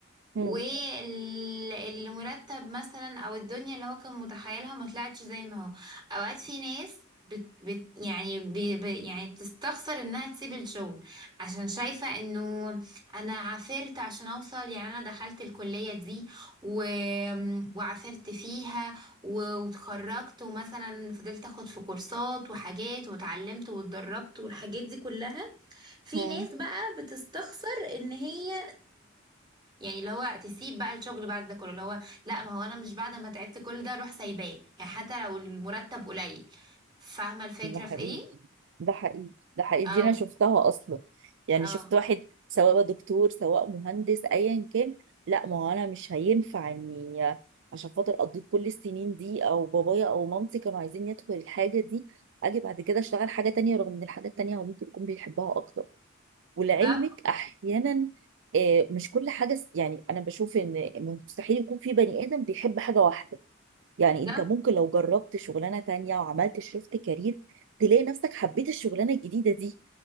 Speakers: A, on the right; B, on the right.
A: والمرتب
B: مم.
A: مثلا او الدنيا اللي هو كان متخيلها ما طلعتش زي ما هو اوقات في ناس بت بت يعني بي بي يعني بتستخسر انها تسيب الشغل عشان شايفة انه انا عافرت عشان اوصل يعني انا دخلت الكلية دي و... وعافرت فيها و... وتخرجت ومثلا فضلت اخد في كورسات وحاجات واتعلمت واتدربت والحاجات دي كلها في
B: مم.
A: ناس بقى بتستخسر ان هي يعني اللي هو تسيب بقى الشغل بعد ده كله اللي هو لا ما هو انا مش بعد ما تعبت كل ده اروح سايباه يعني حتى لو المرتب قليل فاهمه الفكره
B: ده حقيقي
A: في ايه
B: ده حقيقي ده حقيقي دي
A: او
B: أنا شفتها أصلا يعني
A: او
B: شفت واحد سواء بقى دكتور سواء مهندس أيا كان لا ما هو أنا مش هينفع إني عشان خاطر قضيت كل السنين دي أو بابايا أو مامتي كانوا عايزين يدخل الحاجة دي أجي بعد كده أشتغل حاجة تانية رغم إن الحاجة التانية هو ممكن يكون بيحبها أكتر ولعلمك
A: ده
B: احيانا آه، مش كل حاجه س- يعني انا بشوف ان مستحيل يكون في بني ادم بيحب حاجه واحده يعني انت
A: ده
B: ممكن لو جربت شغلانه تانية وعملت شيفت كارير تلاقي نفسك حبيت الشغلانه الجديده دي